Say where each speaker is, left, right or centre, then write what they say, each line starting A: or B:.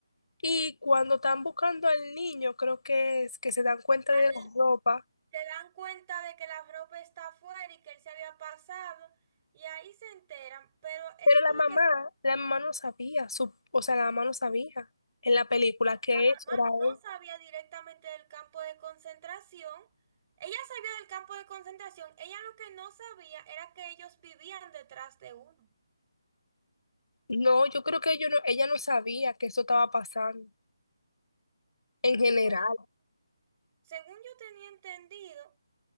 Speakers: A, on the left; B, on the right.
A: Y cuando están buscando al niño, creo que es que se dan cuenta
B: al
A: de la ropa,
B: se dan cuenta de que la ropa está afuera y que él se había pasado, y ahí se enteran, pero eso
A: pero la
B: tuvo
A: mamá,
B: que ser,
A: la mamá no sabía, su, o sea, la mamá no sabía en la película que
B: la
A: eso
B: mamá
A: era
B: no
A: él.
B: sabía directamente del campo de concentración, ella sabía del campo de concentración, ella lo que no sabía era que ellos vivían detrás de uno.
A: No, yo creo que ellos no, ella no sabía que eso estaba pasando en general.
B: Bueno, según yo tenía entendido,